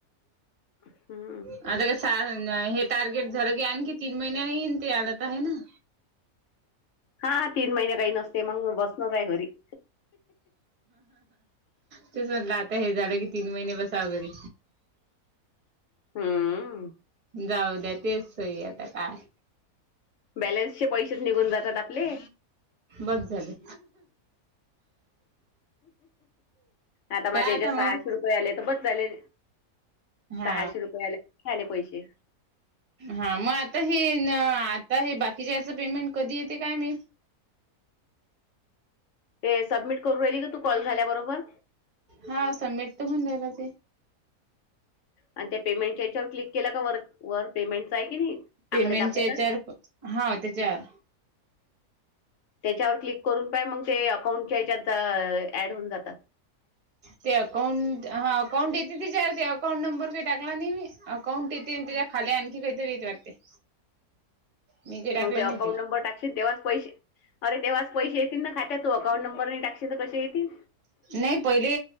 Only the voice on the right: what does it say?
ना अ हे टार्गेट झालं की आणखी तीन महिन्या येन ते आलंत आहे ना
तेच म्हटलं आता हे झालं की तीन महिने बस सागरी
जाऊ द्या तेच सही आता काय
बंद झाले
काय
मग
हा
हा मग आता हि हे बाकीच्या याच पेमेंट कधी येते काय मी
हा समेट तर म्हण रायला ते
पेमेंटच्या
याच्यावर प- हा त्याच्यावर
ते अकाउंट हा अकाउंट येते तिच्यावर ते अकाउंट नंबर काही टाकला नाही मी अकाउंट येते त्या खाले आणखी काहीतरी येत वाटते मी काही टाकलं
नाही
नाही पहिले